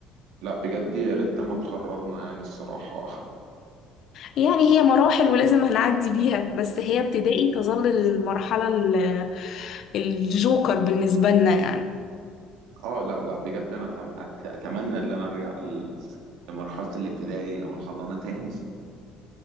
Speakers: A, on the right (about 80°); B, on the left (about 50°).
A: لا بجد يا ريتنا ما اتخرجنا يعني الصراحه
B: يعني هي مراحل ولازم هنعدي بيها بس هي ابتدائي تظل المرحلة ال- الجوكر بالنسبة لنا يعني
A: اه لا لا بجد انا أتم- أت- اتمنى ان انا ارجع ل- لمرحلة الابتدائي او الحضانة تاني <laughs>